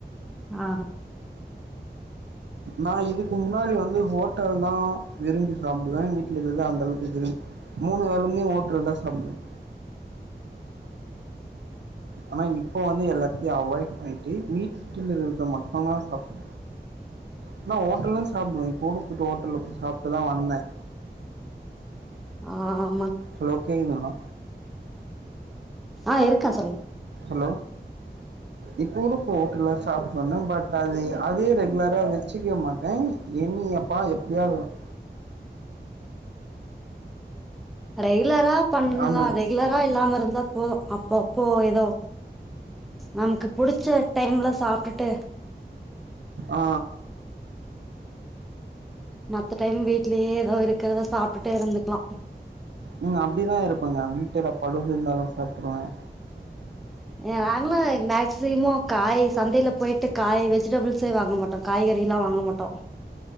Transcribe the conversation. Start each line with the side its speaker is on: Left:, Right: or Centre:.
Centre: ஆஹ்
Right: நான் இதுக்கு முன்னாடி வந்து ஹோட்டல்லாம் விரும்பி சாப்பிடுவேன் வீட்டுல நநக்கஇஇருதான் அந்த அளவுக்குு மூணு வேலமே ஓட்டல் தான் சாப்பிடுவேன் ஆனா இப்ப வந்து எல்லாத்தையும் அவாய்ட் பண்ணிட்டு வீட்டில் இருறத மட்டும்தான் சாப்பிடு ஆனா ஹோட்டல்லும் சாப்பிடுவேன் இப்போ போய்ட்டு ஹோட்டல்ல சாப்பிட்டுதான் வந்தேன்
Centre: ஆஹ்
Right: ஹலோகேங்குனா
Centre: ஆ இருக்கேன் சொல்லுங்க
Right: ஹலோ இப்போருப்ப ஹோட்டல்ல சாப்ட் வந்தேன் பட் அது அதே ரெகுலரா வச்சுக்க மாட்டேன் என்னியப்பா எப்பயாவது தான்
Centre: ரெகுலரா பண்ணலாம்
Right: அந்த
Centre: ரெகுலரா இல்லாம இருந்தா போதும் அப்போ அப்போ ஏதோ நமக்கு புடிச்ச டைம்ல சாப்ட்டுட்டு
Right: ஆ
Centre: மத்த டைம் வீட்லயே ஏதோ இருக்கிறத சாப்பிட்டுட்டே இருந்துக்கலாம்
Right: ம் அப்டிதான் இருப்பங்கா வீட்ல பழுது இருந்தாலும் சாப்பிடுவேன்
Centre: ஏ நாங்க மேக்சிமம் காய் சந்தையில போயிட்டு காய் வெஜிடபிள்ஸே வாங்க மாட்டோம் காய்கறிலாம் வாங்க மாட்டோம்